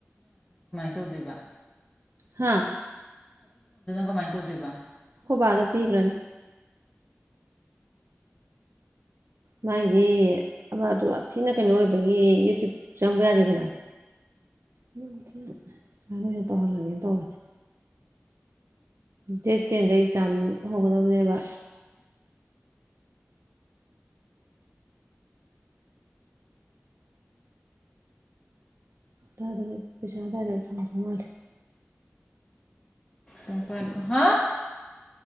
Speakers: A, on the left; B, on the right.
A: ꯇꯧꯗꫭꯏꯕ
B: ꯍꯥꯥ
A: ꯀꯃꯥꯏꯅ ꯇꯧꯗꯣꯏꯕ
B: ꯑꯥꯈꫭꯏ ꯕꯥꯅ ꯄꯤꯈ꯭ꯔꯅꯤ ꯃꯥꯒꯤꯗꯤ ꯑꯕꯥꯗꯨ ꯌꯥꯝ ꯊꯤꯅ ꯀꯩꯅꯣ ꯑꯣꯏꯕꯒꯤ ꯌꯨꯇ꯭ꯌꯨꯞ ꯆꯪꯕ ꯌꯥꯗꯦꯗꯅ <unintelligible> ꯑꯣꯏꯗꯍ ꯇꯧꯍꯜꯂꯒꯦ ꯇꯧꯕꯅꯤ ꯗꯦꯠ ꯇꯦꯟꯗ ꯑꯦꯛꯖꯥꯝ ꯍꯧꯒꯗꯕꯅꯦꯕ <unintelligible> ꯄꯩꯁꯥ ꯑꯗꯥꯏꯗ ꯐꯪꯉꯛꯇꯧ ꯃꯥꯜꯂꯦ
A: <unintelligible> ꯍꯥ